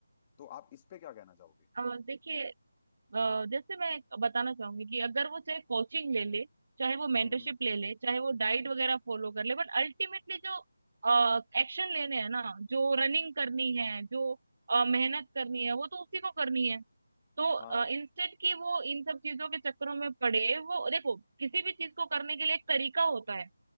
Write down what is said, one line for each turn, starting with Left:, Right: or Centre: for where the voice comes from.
Left: तो आप इस पे क्या कहना चाहोगे
Right: अ, देखिए अ, जैसे मैं एक बताना चाहूंगी कि अगर वो चाहे कोचिंग ले ले चाहे वो मेंटरशिप
Left: हम्म
Right: ले ले चाहे वो डाइट वगैरह फॉलो कर ले बट अल्टीमेटली जो एक्शन लेने हैं ना जो रनिंग करनी है जो अ, मेहनत करनी है वो तो उसी को करनी है तो
Left: हाँ
Right: इंस्टेंट की वो इन सब चीजों के चक्करों में पड़े वो देखो किसी भी चीज को करने के लिए एक तरीका होता है